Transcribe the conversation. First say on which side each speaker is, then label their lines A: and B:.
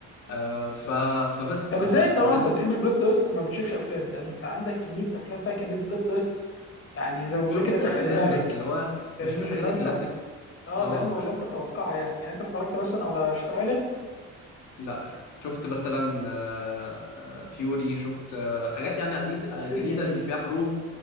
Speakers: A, on the left (about 75°); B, on the left (about 50°).
A: آه، ف... فبس
B: طب
A: ف...
B: ازاي
A: فبريزن
B: طبعا انت بتحب البلوت تويست ما بتشوفش افلام ده انت عندك كميه افلام فيها كميه بلوت تويست يعني زي ما بيقولوا
A: شفت
B: كده تخرق
A: افلام
B: دماغك
A: بس اللي هو
B: فاهمني
A: بشوف الحاجات
B: لا انت
A: الكلاسيك
B: اه
A: اه
B: لان
A: بشوف
B: ولا انت تتوقعها يعني يعني انت اتفرجت مثلا على شتر ايلاند
A: لا شفت مثلا آه، آه، فيوري شفت آه، حاجات يعني عديد... آه،
B: يور
A: جديده
B: جميل
A: اللي فيها حروب